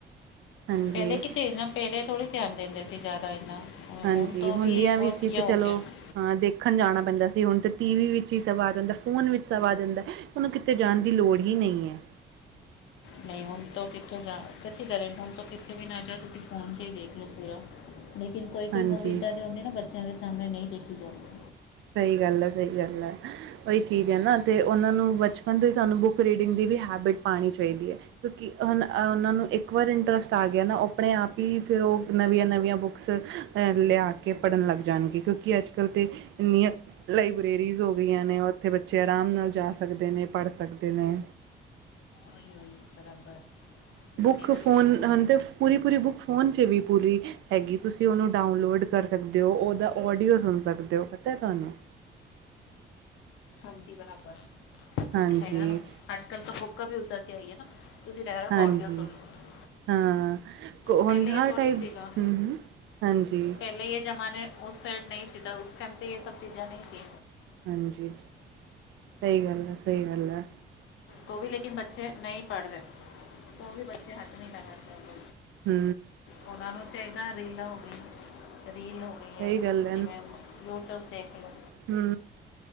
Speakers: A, on the right; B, on the left.
A: ਹਾਂਜੀ
B: ਪਹਿਲੇ ਕਿਤੇ ਨਾ ਪਹਿਲੇ ਥੋੜੀ ਧਿਆਨ ਦਿੰਦੇ ਸੀ ਜ਼ਿਆਦਾ ਇੰਨਾ ਹੁਣ-
A: ਹਾਂਜੀ,
B: ਹੁਣ ਤੋਂ
A: ਹੁੰਦੀਆਂ
B: ਬਹੁਤ
A: ਵੀ ਸੀ
B: ਇਹ
A: ਤੇ
B: ਹੋ
A: ਚਲੋ
B: ਗਿਆ ਨਾ
A: ਹਾਂ ਦੇਖਣ ਜਾਣਾ ਪੈਂਦਾ ਸੀ, ਹੁਣ ਤਾਂ ਟੀ ਵੀ ਵਿੱਚ ਹੀ ਸਭ ਆ ਜਾਂਦਾ, ਫੋਨ ਵਿੱਚ ਸਭ ਆ ਜਾਂਦਾ ਹੁਣ ਕਿਤੇ ਜਾਣ ਦੀ ਲੋੜ ਹੀ ਨਹੀਂ ਹੈ।
B: ਨਹੀਂ ਹੁਣ ਤੋ ਕਿੱਥੇ ਜਾਣਾ, ਸੱਚੀ ਗੱਲ ਹੈ ਹੁਣ ਤੋ ਕਿੱਥੇ ਵੀ ਨਾ ਜਾੳ, ਤੁਸੀ ਫੋਨ ਚ ਹੀ ਦੇਖ ਪੂਰਾ, ਲੇਕਿਨ ਕੋਈ- ਕੋਈ
A: ਹਾਂਜੀ
B: ਮੂਵੀ ਇੱਦਾਂ ਦੀ ਹੁੰਦੀ ਨਾ, ਬੱਚਿਆਂ ਦੇ ਸਾਹਮਣੇ ਨਹੀਂ ਦੇਖੀ ਜਾਂਦੀ।
A: ਸਹੀ ਗੱਲ ਐ। ਸਹੀ ਗੱਲ ਐ। ਉਹਹੀ ਚੀਜ਼ ਹੈ ਨਾ, ਤੇ ਉਹਨਾਂ ਨੂੰ ਬਚਪਨ ਤੋਂ ਹੀ ਸਾਨੂੰ ਬੁੱਕ ਰੀਡਿੰਗ ਦੀ ਵੀ ਹੈਬਿਟ ਪਾੳਣੀ ਚਾਹੀਦੀ ਹੈ। ਕਿਉਂਕਿ ਹੁਣ ਉਹਨਾਂ ਨੂੰ ਇੱਕ ਵਾਰ ਇੰਟਰਸਟ ਆ ਗਿਆ ਨਾ, ੳਹ ਅਪਣੇ ਆਪ ਹੀ ਫਿਰ ਉਹ ਨਵੀਆਂ ਨਵੀਆਂ ਬੁੱਕਸ ਲਿਆ ਕੇ ਪੜਨ ਲੱਗ ਜਾਣਗੇ, ਕਿਉਂਕਿ ਅੱਜ ਕੱਲ ਤੇ ਇੰਨੀਆਂ ਲਾਈਬ੍ਰੇਰੀਜ਼ ਹੋ ਗਈਆਂ ਨੇ, ਉੱਥੇ ਬੱਚੇ ਆਰਾਮ ਨਾਲ ਜਾ ਸਕਦੇ ਨੇ, ਪੜ ਸਕਦੇ ਨੇ।
B: ਉਹੀ ਉਹੀ ਬਰਾਬਰ ਨਹੀਂ
A: ਬੁੱਕ
B: ਮੇਰਾ
A: ਫੋਨ
B: ਵੀ ਕਹਿਣਾ ਉਹੀ
A: ਹੁਣ
B: ਹੈ
A: ਤੇ ਪੂਰੀ- ਪੂਰੀ ਬੁੱਕ ਫੋਨ ਚ ਵੀ ਪੂਰੀ ਹੈਗੀ, ਤੁਸੀਂ ਉਹਨੂੰ ਡਾਊਨਲੋਡ ਕਰ ਸਕਦੇ ਔ, ਉਹਦਾ ਔਡੀਓ ਸੁਣ ਸਕਦੇ ਔ, ਪਤਾ ਹੈ ਤੁਹਾਨੂੰ।
B: ਹਾਂਜੀ ਬਰਾਬਰ,
A: ਹਾਂਜੀ,
B: ਹੈਗਾ ਨਾ। ਅੱਜ ਕੱਲ੍ਹ ਤਾਂ ਬੁੱਕਾਂ ਵੀ ਉਧਾਂ ਦੀ ਆਈਆਂ ਹੈ ਨਾ। ਤੁਸੀਂ ਡਾਇਰੈਕਟ
A: ਹਾਂਜੀ,
B: ਆਡੀਓ ਸੁਣ ਲਓ
A: ਹਾਂ ਹਾਂ ਕੋਵਂਦਾ
B: ਪਹਿਲੇ ਇਹ ਥੋੜੀ
A: ਟਾਈਪ
B: ਸੀਗਾ
A: ਹੂੰ ਹੂੰ ਹਾਂਜੀ।
B: ਪਹਿਲੇ ਇਹ ਜ਼ਮਾਨੇ ਉਸ ਸਾਈਡ ਨਹੀਂ ਸੀ। ਉਸ ਟਾਈਮ ਤੇ ਇਹ ਸਭ ਚੀਜ਼ਾਂ ਨਹੀਂ ਸੀ।
A: ਹਾਂਜੀ, ਸਹੀ ਗੱਲ ਏ। ਸਹੀ ਗੱਲ ਏ।
B: ਉਹ ਵੀ ਲੇਕਿਨ ਬੱਚੇ ਨਹੀਂ ਪਢ਼ਦੇ, ਉਹ ਵੀ ਬੱਚੇ ਹੱਥ ਨਹੀਂ ਲਗਾਂਦੇ
A: ਹੂ।
B: ਉਹਨਾਂ ਨੂੰ ਚਾਹੀਦਾ ਰੀਲਾਂ ਹੋ ਗਈ ਰੀਲ ਹੋ ਗਈ
A: ਸਹੀ
B: ਹੈ,
A: ਗੱਲ
B: ਜਿਵੇਂ ਯੂਟਿਊਬ ਦੇਖ ਲੋ
A: ਹੂ